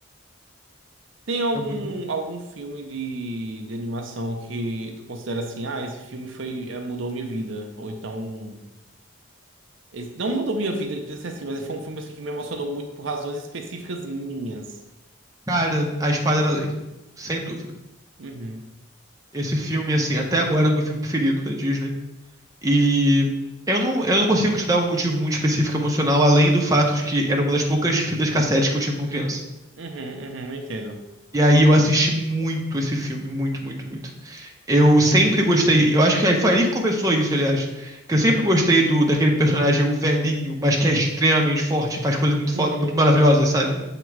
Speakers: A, on the right; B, on the right.
A: Tem algum,
B: É muito. bom.
A: algum filme de, de animação que tu considera assim, ah, esse filme foi, eh, mudou minha vida? Ou então, esse, não mudou minha vida, que precisa ser assim, mas foi um filme assim, que me emocionou muito por razões específicas minhas.
B: Cara, a espada era a lei. Sem dúvida.
A: Uhum,
B: Esse filme, assim, até agora é o meu filme preferido da Disney. E eu não, eu não consigo te dar um motivo muito específico emocional, além do fato de que era uma das poucas fitas cassete que eu tinha como criança.
A: uhum, uhum, entendo.
B: E aí eu assisti muito esse filme, muito, muito, muito. Eu sempre gostei. Eu acho que foi ali que começou isso, aliás. Que eu sempre gostei do daquele personagem, o velhinho, mas que é extremamente forte, e faz coisas muito, fo-
A: Uhum,
B: muito maravilhosas, sabe?